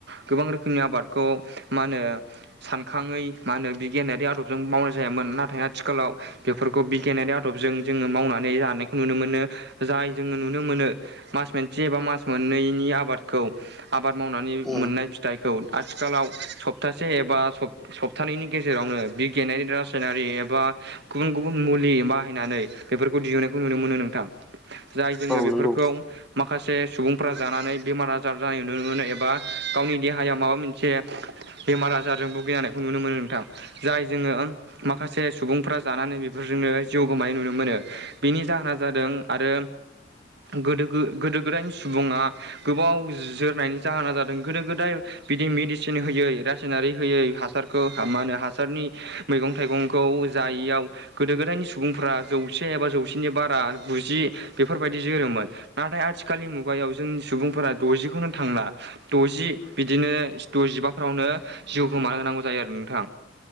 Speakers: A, on the right; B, in the centre.
A: गोबां रोखोमनि आबादखौ मा होनो सानखाङै मा होनो बिगियानारि आदबजों मावनाय जायामोन नाथाय आथिखालाव बेफोरखौ बिगियानारि आदबजों जोङो मावनानै जानायखौ नुनो मोनो जाय जोङो नुनो मोनो मास मोनसे एबा मास मोननैनि आबादखौ आबाद मावनानै
B: उम
A: मोननाय फि फिथाइखौ आथिखालाव सप्तासे एबा सप सप्तानैनि गेजेरावनो बिगियानारि रासायनारि एबा गुबुन गुबुन मुलि बाहायनानै बेफोरखौ दिहुननायखौ नुनो मोनो नोंथां जाय जोङो
B: औ
A: बे
B: नंगौ
A: माखासे सुबुंफोरा जानानै बेमार आजार जानाय नुनो मोनो एबा गावनि देहायाव माबा मोनसे ए बेमार आजारजों भुगिनायखौ नुनो मोनो नोंथां जाय जोङो माखासे सुबुंफ्रा जानानै बेफोरजोंनो जिउ गोमानाय नुनो मोनो बेनि जाहोना जादों आरो गोद गोदो गोदायनि सुबुङा गोबाव जोरनायनि जाहोना जादों गोदो गोदाय बिदि मेडिसिन होयै रासायनारि होयै हासारखौ मा होनो हासारनि मैगं थाइगंखौ जायैयाव गोदो गोदायनि सुबुंफोरा्रा जौसे एबा जौसेनि बारा गुजि बेफोरबायदि बिदि जोरोमोन नाथाय आथिखालनि मुगायाव जोंनि सुबुंफोरा दजिखौनो थांला। द'जि बिदिनो द'जिबाफ्रावनो जिउ गोमाना होनांगौ जायो आरो नोंथां